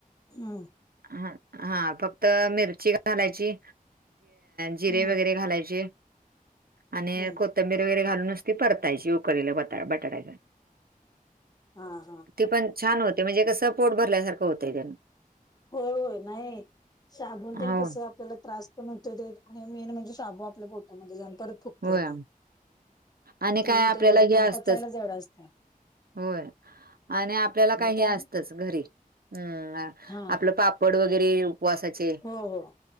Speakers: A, on the left (about 25°); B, on the right (about 80°).
A: हम
B: हा हा फक्त मिरची घालायची जिरे
A: हम्म
B: वगैरे घालायचे आणि
A: हम्म
B: कोथंबीर वगैरे घालूनच ती परतायची उकडलेल्या बटा-बटाट्याला
A: हा-हा
B: ते पण छान होते म्हणजे कस पोट भरल्यासारखं होत त्यांन
A: होय -होय नाही शाबू नं
B: हो
A: तेन कसं आपल्याला त्रास पण होतोय आणि मेन म्हणजे शाबू आपल्या पोटामध्ये जाऊन परत फुगतंय
B: होय
A: ते
B: आणि
A: त्यामुळे
B: काय आपल्याला
A: ते एवढं
B: हे
A: आणि
B: असतच
A: पचायला जड असत
B: होय आणि आपल्याला काय हे
A: त्या
B: असतच घरी. हम्म
A: हा
B: आपलं पापड वगैरे उपवासाचे
A: हो -हो